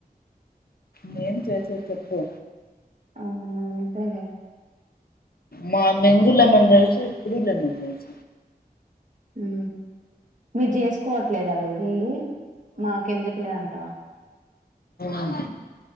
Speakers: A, on the left (about 70°); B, on the right (about 50°).
A: నేం చేసే చెప్పు
B: ఆ అంతలేే
A: మా నెజు లెమన్ చసి పడి లెమెన్ జస
B: అ మీరు చేసుకోవట్లేదా వెళ్ళి మాకెందుకులే అంట
A: అవు